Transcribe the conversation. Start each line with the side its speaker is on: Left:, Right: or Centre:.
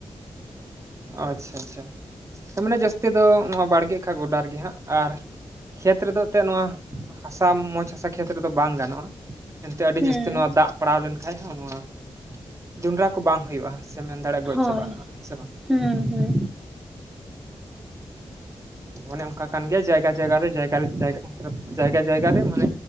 Right: ᱟᱪᱪᱷᱟ ᱟᱪᱪᱷᱟ ᱢᱟᱱᱮ ᱡᱟᱹᱥᱛᱤ ᱫᱚ ᱱᱚᱣᱟ ᱵᱟᱲᱜᱮ ᱠᱷᱟ ᱜᱚᱰᱟ ᱨᱮᱜᱮ ᱦᱟᱸᱜ ᱟᱨ ᱠᱷᱮᱛ ᱨᱮ ᱫᱚ ᱮᱱᱛᱮᱫ ᱱᱚᱣᱟ ᱦᱟᱥᱟ ᱢᱚᱸᱡᱽ ᱦᱟᱥᱟ ᱠᱷᱮᱛ ᱨᱮ ᱫᱚ ᱵᱟᱝ ᱜᱟᱱᱚᱜᱼᱟ ᱮᱱᱛᱮᱫ ᱟᱹᱰᱤ
Centre: ᱦᱩᱸ
Right: ᱡᱟᱹᱥᱛᱤ ᱱᱚᱣᱟ ᱫᱟᱜ ᱯᱟᱲᱟᱣ ᱞᱮᱱ ᱠᱷᱟᱡ ᱦᱚᱸ ᱱᱚᱣᱟ ᱡᱚᱸᱰᱨᱟ ᱠᱚ ᱵᱟᱝ ᱦᱩᱭᱩᱜᱼᱟ ᱥᱮ ᱢᱮᱱ ᱫᱟᱨᱮ ᱜᱚᱡ
Centre: ᱦᱳᱭ
Right: ᱪᱟᱵᱟᱜᱼᱟ ᱥᱮ ᱵᱟᱝᱼᱼ
Centre: ᱦᱩᱸ ᱦᱩᱸ
Right: ᱚᱱᱮ ᱚᱱᱠᱟ ᱠᱟᱱ ᱜᱮᱭᱟ ᱡᱟᱭᱜᱟ ᱡᱟᱭᱜᱟ ᱨᱮ ᱡᱟᱭᱜᱟ ᱡᱟᱭᱜᱟ ᱡᱟᱭᱜᱟ ᱡᱟᱭᱜᱟ ᱨᱮ ᱢᱟᱱᱮᱼᱼ